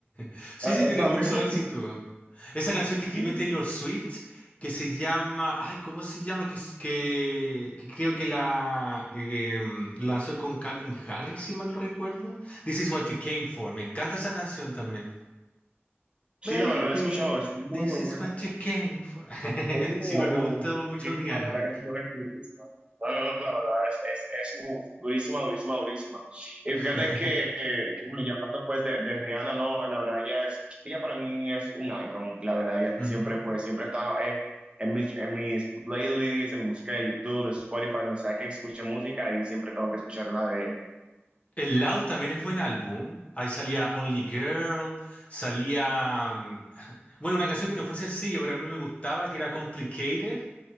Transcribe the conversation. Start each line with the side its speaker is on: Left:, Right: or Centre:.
Left: <laughs> Sí,
Right: Ah,
Left: sí, tiene
Right: Esa
Left: mucho
Right: misma,
Left: éxito. Esa canción que escribió
Right: <laughs>
Left: Taylor Swift, que se llama. Ay, ¿cómo se llama? Que, es- que, que creo que la eh, mm, lanzó con Calvin Harris, si mal no recuerdo. This is what you came for. Me encanta esa canción también.
Right: sí,
Left: Baby,
Right: la verdad la he escuchado, es muy,
Left: this
Right: muy
Left: is
Right: buena.
Left: what you came for. <laughs>
Right: Uh,
Left: Sí, igual me gustó mucho
Right: sí,
Left: Rihanna.
Right: sí, la verdad que esto es durísima. No, no, no, la verdad es, es, es uf, durísima, durísima, durísima. Y fíjate
Left: <laughs>
Right: que, que, bueno, ya hablando pues de, de Rihanna, no, la verdad ella es, ella para mí es un icon, la verdad, ella
Left: Ujú.
Right: siempre pues, siempre está eh, en mis, en mis playlists, en mi música de YouTube, de Spotify, donde sea que escuche música y siempre tengo que escuchar una de ellas.
Left: El Loud también es buen álbum. Ahí salía Only Girl, salía... mm, <laughs> Bueno, una canción que no fue sencillo, pero a mí me gustaba, que era Complicated.